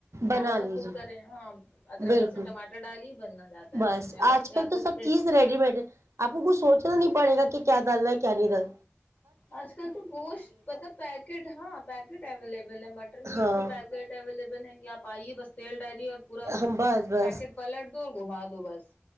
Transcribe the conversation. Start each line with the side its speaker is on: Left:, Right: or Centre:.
Right: بنا
Left: تھوڑا سا
Right: لیجیے
Left: کوک کریں ہاں ادرک
Right: بالکل
Left: لہسن ٹماٹر ڈالیے بننا جاتا
Right: بس
Left: ہے اس میں الگ
Right: آج
Left: سے
Right: کل
Left: آپ
Right: تو
Left: کو پریپریش
Right: سب چیز ریڈی مڈ ہے آپ کو کچھ سوچنا نہیں پڑے گا کہ کیا دل ہے کیا نہیں دل
Left: آج کل تو بوشت پت پیکٹ ہاں بب <unintelligible> مٹن میٹ
Right: ہاں
Left: کے پیکٹ اویلیبل ہیں کہ آپ پائیے بس تل ڈائری اور پورا
Right: ہم بس بس
Left: پیکٹ پلٹ گھما دو بس